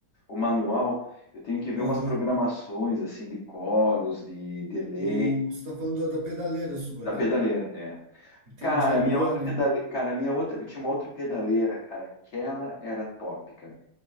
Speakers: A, on the left (about 60°); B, on the right (about 55°).
A: o manual. Eu tenho que ver
B: Aham.
A: umas programações assim de coros, de delay
B: O, você tá falando da da pedaleira sua,
A: da
B: né?
A: pedaleira, é.
B: Entendi,
A: Cara,
B: é boa,
A: a minha outra
B: né?
A: pedaleira, cara, a minha outra, eu tinha uma outra pedaleira, cara. Aquela era top, cara.